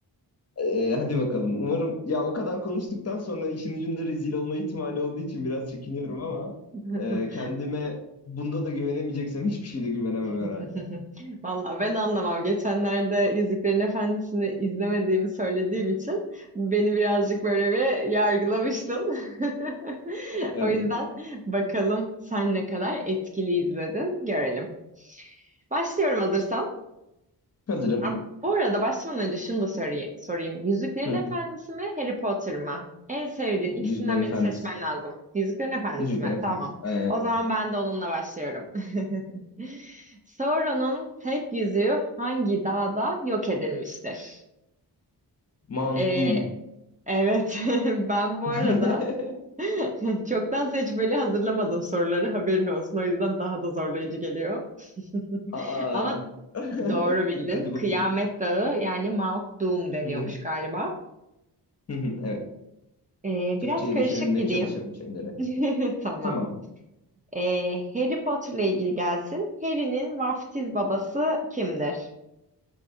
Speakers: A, on the left; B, on the right.
A: Ee, hadi bakalım. Umarım ya o kadar konuştuktan sonra işin ucunda rezil olma ihtimali olduğu için biraz çekiniyorum ama
B: <laughs>
A: e, kendime bunda da güvenemeyeceksem hiçbir şeyde güvenemem
B: <laughs>
A: herhalde.
B: Vallahi ben anlamam. Geçenlerde Yüzüklerin Efendisi'ni izlemediğimi söylediğim için beni birazcık böyle bir yargılamıştın. <laughs>
A: Evet.
B: O yüzden bakalım sen ne kadar etkili izledin görelim. Başlıyorum hazırsan.
A: Hazırım.
B: Ha, bu arada başlamadan önce şunu da sorayım. sorayım. Yüzüklerin
A: Hı.
B: Efendisi mi, Harry Potter mı? En sevdiğin ikisinden
A: Yüzüklerin Efendisi.
B: birini seçmen lazım. Yüzüklerin Efendisi
A: Yüzüklerin
B: mi?
A: Efendisi.
B: Tamam.
A: Ee,
B: O zaman ben de onunla başlıyorum. <laughs> Sauron'un tek yüzüğü hangi dağda yok edilmiştir?
A: Mount
B: Ee,
A: Doom.
B: evet, <laughs> ben bu
A: <laughs>
B: arada <laughs> çoktan seçmeli hazırlamadım soruları. Haberin olsun. O yüzden daha da zorlayıcı geliyor. <laughs>
A: Aa.
B: Ama
A: <laughs>
B: Doğru bildin.
A: Hadi bakalım.
B: Kıyamet Dağı yani Mount Doom deniyormuş
A: Hı hı.
B: galiba.
A: Hı hı. Evet.
B: Ee,
A: Türkçe'ye
B: biraz karışık
A: de çevirmeye
B: gideyim.
A: çalışırım şeyleri.
B: <laughs> Tamam.
A: Tamam.
B: Ee, Harry Potter'la ilgili gelsin. Harry'nin vaftiz babası kimdir?